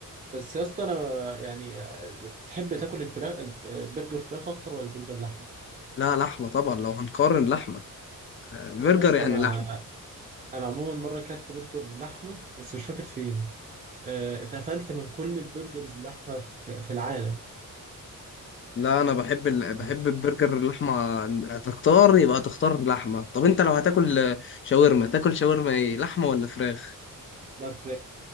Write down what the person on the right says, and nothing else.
بس يا اسطى انا يعني آه، تحب تاكل الفراخ الف- البرجر فراخ اكتر ولا البرجر لحمه
يا اسطى
انا
انا عموما مره اكلت برجر لحمه بس مش فاكر فين آه، اتقفلت من كل البرجرز اللحمه في في العالم
ده
فراخ